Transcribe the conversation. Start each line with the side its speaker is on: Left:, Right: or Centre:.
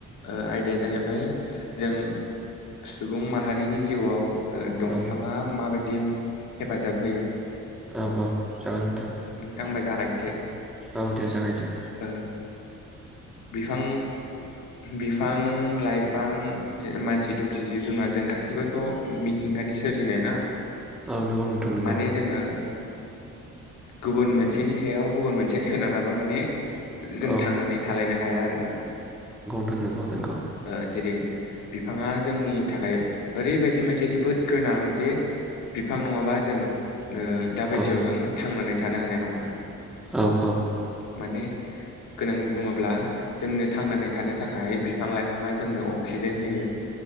Left: आयदाया जाहैबाय जों सुबुं माहारिनि जिउआव दंफाङा
Centre: औ
Left: माबायदि दिम हेफाजाब होयो
Centre: औ औ जागोन नोंथां
Left: जांबबाय जागायनोसै
Centre: औ दे जागायदो
Left: ओ बिफां बिफां लाइफां मानसि दुमसि जिब जुनारजों गाैबोथ' मिथिंगानि सोरजिनाय ना
Centre: औ नोंगौ नोंथां नोंगौ
Left: माने जोङो गुबुन मोनसेनि सायाव गुबुन मोनसेया सोनारबा माने जों
Centre: औ
Left: थांनानै थालायनो हाया आरोना
Centre: नोंगौ नंगौ
Left: ओ जेरै बिफाङा जोंनि थाखाय ओरैबायदि मोनसे जोबोद गोनां जे बिफां नङाबा जों दा बायदियाव
Centre: औ
Left: जों थांनानै थानो हानाय नङा
Centre: औ औ
Left: माने गोनां बुङोब्ला जोंनो थांनानै थानो थाखाय बिफां लाइफाङा जोंनो अक्सिजेन होयो